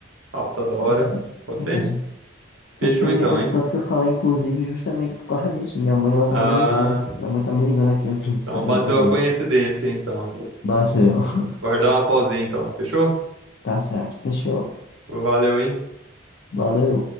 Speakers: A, on the right; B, on the left.
A: papo tá da hora,
B: né, mano? Com
A: pode
B: certeza.
A: ser?
B: Tanto
A: Fechou
B: que eu,
A: então,
B: ia- eu,
A: hein?
B: tanto que eu falei, inclusive, justamente por causa disso. Minha mãe, ela
A: Ah,
B: tava me ligando. Minha mãe tá me ligando aqui, eu preciso
A: então
B: sair
A: bateu
B: também.
A: a coincidência, então.
B: Bateu. <laughs>
A: Bora dar uma pausinha, então, fechou?
B: Tá certo. Fechou.
A: Valeu, hein?
B: Valeu.